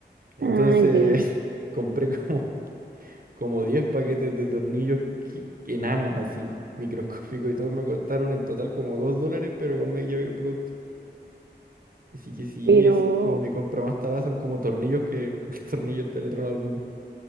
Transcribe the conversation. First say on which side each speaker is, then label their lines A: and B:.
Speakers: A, on the right; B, on the right.
A: Entonces
B: Ah, entiendo.
A: <laughs> compré como, como 10 paquetes de tornillos que- enanos así, microscópicos y todos me costaron en total como 2 dólares, pero igual me llevé el producto. Así que sí,
B: Pero,
A: esa es como mi compra más tarada, son como tornillos que, <laughs> que tornillos del otro lado del mundo.